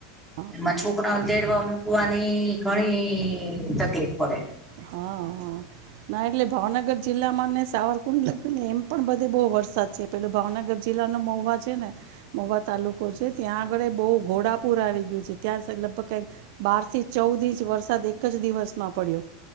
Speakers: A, on the right (about 60°); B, in the centre.
A: હા
B: એમાં છોકરાઓને
A: એટલે
B: તેડવા મૂકવા સુવાની ઘણી તકલીફ પડે.
A: હા હા ના એટલે ભાવનગર જિલ્લા માં ને સાવરક કુંડલગ્નને એમ પણ બધે બહુ વરસાદ છે પેલો ભાવનગર જિલ્લાનો મહવા છે ને મોવા તાલુકો છે ત્યાં આગળ બહુ ઘોડાપુર આવી ગયું છે ત્યાં લગભગ કઈક બાર થી ચૌદ ઇંચ વરસાદ એક જ દિવસમાં પડ્યો.